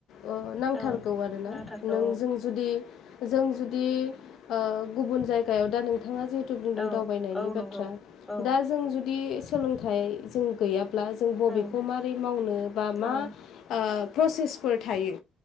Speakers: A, on the left; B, on the left.
A: ओ नांथारगौ
B: औ
A: आरोना
B: नांथारगौ
A: नों जों जुदि जों जु दि ओ गुबुन जायगायाव दा नोंथाङाे जे थु बुंदों
B: औ
A: दावबायनायनि
B: औ
A: बाथ्रा
B: नंगौ औ
A: दा जों जुदि सोलोंथाइ जों गैयाब्ला जों बबेखौ
B: औ
A: मारै मावनो बा मा
B: औ
A: प्रसेसफोर थायो